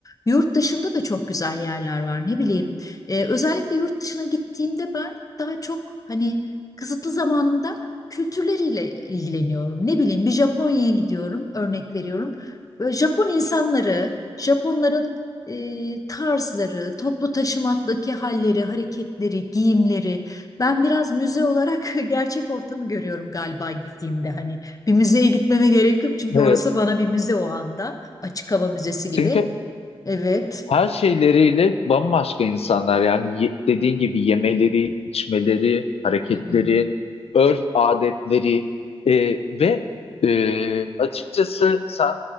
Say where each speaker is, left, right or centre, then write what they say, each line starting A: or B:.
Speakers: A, on the left (about 35°); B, on the left (about 75°).
A: Yurt dışında da çok güzel yerler var. Ne bileyim. E, özellikle yurt dışına gittiğimde ben daha çok hani kısıtlı zamanımda kültürleriyle ilgileniyorum. Ne bileyim, bir Japonya'ya gidiyorum, örnek veriyorum. Böyle Japon insanları, Japonların e, tarzları, toplu taşımadaki halleri, hareketleri, giyimleri. Ben biraz müze olarak <laughs> gerçek ortamı görüyorum galiba gittiğimde. Hani bir müzeye gitmeme gerek yok çünkü
B: evet
A: orası bana bir müze o anda. Açık hava müzesi gibi.
B: çünkü
A: Evet.
B: Her şeyleriyle bambaşka insanlar yani ye- dediğin gibi yemeleri, içmeleri, hareketleri,
A: Hı hı.
B: örf adetleri e, ve e, açıkçası sen